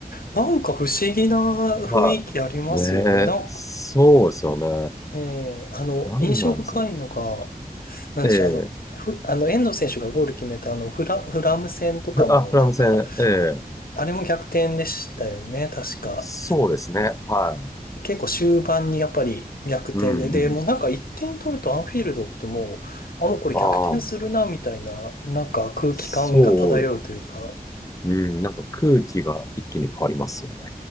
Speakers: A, on the left; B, on the left.
A: なんか不思議な雰囲気ありますよね。
B: <laughs> まあ、ねえ、
A: なんか、
B: そうですよね。
A: ええ、あの、
B: なんなんですか。
A: 印象深いのが、なんでしょう、
B: ええ、
A: あの、ふ、あの、遠藤選手がゴール決めたあの、フラ、フラム戦とかも、
B: フあ、フランス戦、
A: なんか、
B: ええ、
A: あれも逆転でしたよね、確か。
B: そうですね。はい。
A: 結構終盤にやっぱり逆転で、
B: うん、
A: で、
B: うん。
A: もうなんか1点取るとアンフィールドってもう、あ、もうこれ逆転するな、
B: ああ、
A: みたいな、なんか空気感が漂うというか、
B: そう。うん、なんか空気が一気に変わりますよね。